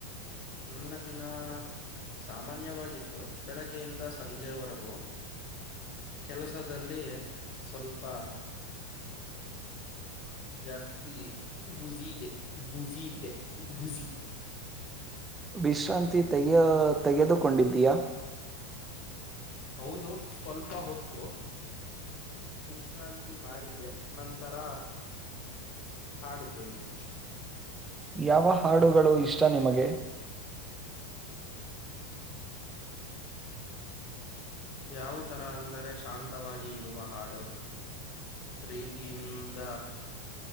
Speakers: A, on the left; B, on the right.
A: ನನ್ನ ದಿನ ಸಾಮಾನ್ಯವಾಗಿತ್ತು ಬೆಳಗ್ಗೆಯಿಂದ ಸಂಜೆವರೆಗೂ ಕೆಲಸದಲ್ಲಿ ಸ್ವಲ್ಪ ಜಾಸ್ತಿ ಬುಜೆ ಬುಜ್ದೆ ಬುಜಿ
B: ವಿಶ್ರಾಂತಿ ತಯ ತೆಗೆದುಕೊಂಡಿದ್ದೀಯಾ
A: ಹೌದು ಸ್ವಲ್ಪ ಹೊತ್ತು ವಿಶ್ರಾಂತಿ ಮಾಡಿದ್ದೆ ನಂತರ ಹಾಡು ಕೇಳಿದೆ
B: ಯಾವ ಹಾಡುಗಳು ಇಷ್ಟ ನಿಮಗೆ
A: ಯಾವ ತರ ಅಂದರೆ ಶಾಂತವಾಗಿ ಇರುವ ಹಾಡು ಪ್ರೀತಿಯಿಂದ